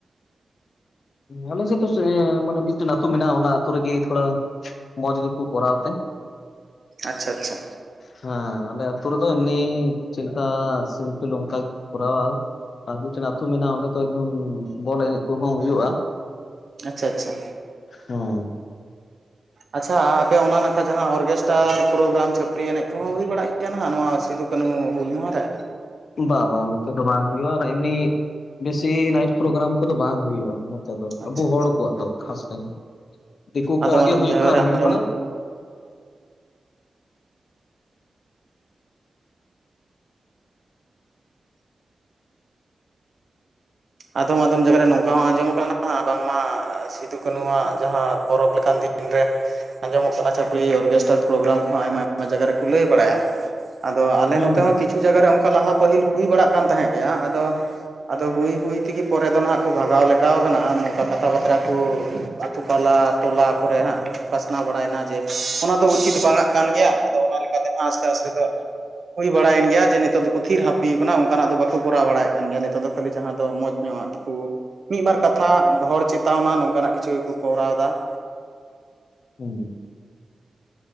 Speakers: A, on the left; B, on the right.
A: ᱟᱞᱮ ᱥᱮᱫ ᱫᱚ ᱢᱟᱱᱮ ᱢᱤᱫᱴᱮᱱ ᱟᱛᱳ ᱢᱮᱱᱟᱜᱼᱟ ᱚᱱᱟ ᱟᱛᱳ ᱨᱮᱜᱮ ᱛᱷᱳᱲᱟ ᱢᱚᱸᱡᱽ ᱜᱮᱠᱚ ᱠᱚᱨᱟᱣ ᱛᱮ
B: ᱟᱪᱪᱷᱟ ᱟᱪᱪᱷᱟ
A: ᱦᱮᱸ ᱟᱞᱮ ᱟᱛᱳ ᱨᱮᱫᱚ ᱮᱢᱱᱤ ᱪᱮᱫ ᱞᱮᱠᱟ ᱥᱤᱞᱯᱮᱞ ᱚᱱᱠᱟ ᱜᱮᱠᱚ ᱠᱚᱨᱟᱣᱟ᱾ ᱟᱨ ᱢᱤᱫᱴᱮᱡ ᱟᱛᱳ ᱢᱮᱱᱟᱜᱼᱟ ᱚᱸᱰᱮ ᱛᱚ ᱮᱠᱫᱚᱢ ᱵᱚᱞ ᱮᱱᱮᱡ ᱠᱚᱦᱚᱸ ᱦᱩᱭᱩᱜᱼᱟ᱾
B: ᱟᱪᱪᱷᱟ ᱟᱪᱪᱷᱟ
A: ᱦᱳᱭ
B: ᱟᱪᱪᱷᱟ ᱟᱯᱮ ᱚᱱᱟ ᱱᱟ ᱼᱠᱷᱟ ᱡᱟᱦᱟᱸ ᱚᱨᱜᱮᱥᱴᱟᱨ ᱯᱨᱳᱨᱟᱢ ᱪᱷᱟᱹᱯᱨᱤ ᱮᱱᱮᱡ ᱠᱚᱦᱚᱸ ᱦᱩᱭ ᱵᱟᱲᱟᱜ ᱜᱮᱭᱟ ᱱᱟᱦᱟᱸᱜ ᱱᱚᱣᱟ ᱥᱤᱫᱩᱼᱠᱟᱹᱦᱱᱩ ᱦᱩᱞ ᱢᱟᱦᱟᱸ ᱨᱮ?
A: ᱵᱟ ᱵᱟᱝ ᱱᱚᱛᱮ ᱫᱚ ᱵᱟᱝ ᱦᱩᱭᱩᱜᱼᱟ ᱟᱨ ᱮᱢᱱᱤ ᱵᱮᱥᱤ ᱱᱟᱭᱤᱴ ᱯᱨᱳᱜᱨᱟᱢ ᱠᱚᱫᱚ ᱵᱟᱝ ᱦᱩᱭᱩᱜᱼᱟ᱾
B: ᱟᱪᱪᱷᱟ
A: ᱟᱵᱚ ᱦᱚᱲ ᱠᱚᱣᱟᱜ ᱫᱚ ᱠᱷᱟᱥᱠᱟᱨ ᱫᱤᱠᱩ ᱠᱚᱣᱟᱜ
B: ᱟᱫᱚᱢ ᱟᱫᱚᱢ
A: ᱜᱮ ᱦᱩᱭᱩᱜ
B: ᱡᱟᱭᱜᱟ
A: ᱠᱷᱟᱡ
B: ᱨᱮ
A: ᱦᱩᱭᱩᱜᱼᱟ᱾
B: ᱟᱸᱡᱚᱢ ᱟᱫᱷᱚᱢ ᱟᱫᱚᱢ ᱡᱟᱭᱜᱟ ᱨᱮ ᱱᱚᱝᱠᱟ ᱦᱚᱸ ᱟᱸᱡᱚᱢ ᱟᱠᱟᱱᱟ ᱵᱟᱝᱢᱟ ᱥᱤᱫᱩ ᱠᱟᱹᱦᱱᱩᱣᱟᱜ ᱡᱟᱦᱟᱸ ᱯᱚᱨᱚᱵᱽ ᱞᱮᱠᱟᱱ ᱫᱤᱱ ᱨᱮ ᱟᱸᱡᱚᱢᱚᱜ ᱠᱟᱱᱟ ᱪᱷᱟᱹᱯᱨᱤ ᱚᱨᱜᱮᱥᱴᱟᱨ ᱯᱨᱳᱜᱨᱟᱢ ᱠᱚᱦᱚᱸ ᱟᱭᱢᱟ ᱟᱭᱢᱟ ᱡᱟᱭᱜᱟ ᱨᱮᱠᱚ ᱞᱟᱹᱭ ᱵᱟᱲᱟᱭᱟ ᱾ ᱟᱫᱚ ᱟᱞᱮ
A: ᱦᱩᱸ
B: ᱱᱚᱛᱮ ᱦᱚᱸᱼᱼ ᱠᱤᱪᱷᱩ ᱡᱟᱭᱜᱟ ᱨᱮ ᱚᱱᱠᱟ ᱞᱟᱦᱟ ᱯᱟᱹᱦᱤᱞ ᱦᱩᱭ ᱵᱟᱲᱟᱜ ᱠᱟᱱ ᱛᱟᱦᱮᱸᱱ ᱜᱮᱭᱟ, ᱟᱫᱚ ᱟᱫᱚ ᱦᱩᱭ ᱦᱩᱭᱼᱼ ᱚᱱᱟ ᱛᱮᱜᱮ ᱯᱚᱨᱮ ᱫᱚ ᱱᱟᱦᱟᱸᱜ ᱠᱚ ᱵᱷᱟᱜᱟᱣ ᱞᱮᱠᱟᱣ ᱠᱟᱱᱟ ᱱᱚᱝᱠᱟ ᱠᱟᱛᱷᱟ ᱵᱟᱛᱨᱟ ᱠᱚ, ᱟᱛᱳ ᱯᱚᱞᱟ ᱴᱚᱞᱟ ᱠᱚᱨᱮ ᱦᱟᱸᱜᱼᱼ ᱯᱟᱥᱱᱟᱣ ᱵᱟᱲᱟᱭᱱᱟ ᱡᱮ, ᱚᱱᱟ ᱫᱚ ᱩᱪᱤᱛ ᱵᱟᱝᱟᱜ ᱠᱟᱱ ᱜᱮᱭᱟ ᱟᱫᱚ ᱚᱱᱟ ᱞᱮᱠᱟᱛᱮ ᱦᱟᱸᱜ ᱟᱥᱛᱮ ᱟᱥᱛᱮ ᱫᱚᱼᱼ ᱦᱩᱭ ᱵᱟᱲᱟᱭᱮᱱ ᱜᱮᱭᱟ ᱡᱮ ᱱᱤᱛᱚᱜ ᱫᱚᱠᱚ ᱛᱷᱤᱨ ᱦᱟᱹᱯᱤᱣ ᱟᱠᱟᱱᱟ ᱚᱱᱠᱟᱱᱟᱜ ᱫᱚ ᱵᱟᱠᱚ ᱠᱚᱨᱟᱣ ᱵᱟᱲᱟᱭᱮᱫ ᱠᱟᱱ ᱜᱮᱭᱟ ᱱᱤᱛᱚᱜ ᱫᱚ ᱠᱷᱟᱹᱞᱤ ᱡᱟᱦᱟᱸ ᱫᱚ ᱢᱚᱸᱡᱽᱼᱼ ᱧᱩᱣᱟᱜ ᱠᱚ, ᱢᱤᱫ ᱵᱟᱨ ᱠᱟᱛᱷᱟ ᱦᱚᱲ ᱪᱮᱛᱟᱣᱱᱟ ᱱᱚᱝᱠᱟᱱᱟᱜ ᱠᱤᱪᱷᱩ ᱜᱮᱠᱚ ᱠᱚᱨᱟᱣ ᱮᱫᱟ ᱾
A: ᱦᱩᱸ